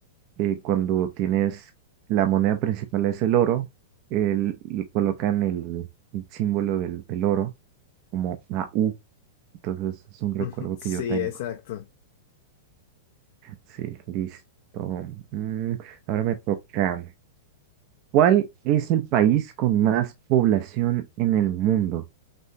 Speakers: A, on the right; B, on the left.
A: eh, cuando tienes la moneda principal es el oro, el- y colocan el, el símbolo del, del oro como una U. Entonces es un recuerdo
B: Ujú, Sí,
A: que yo tengo.
B: exacto.
A: Sí, listo. Mm, ahora me toca. ¿Cuál es el país con más población en el mundo?